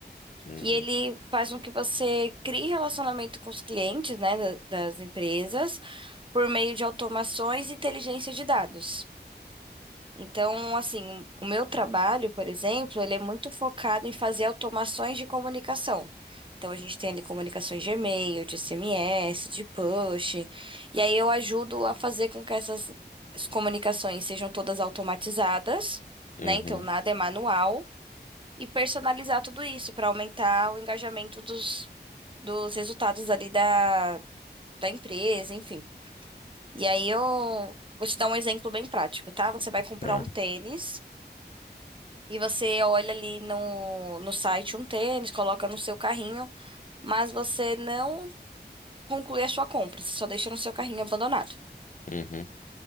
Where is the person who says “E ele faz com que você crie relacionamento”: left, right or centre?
Right